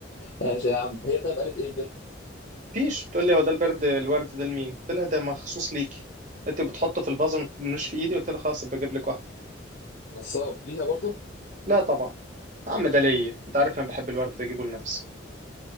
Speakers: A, on the left; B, on the right.
A: ماشي يا عم هي طيب قالت ايه البنت
B: فيش بتقول لي هو ده البرد الورد ده لمين قلت لها ده مخصوص ليكي انت بتحطه في الفازة ما تدنوش في ايدي قلت لها خلاص بجيب لك واحد
A: نصاب ليها برضه
B: لا طبعا يا عم ده ليا انت عارف انا بحب الورد بجيبه لنفسي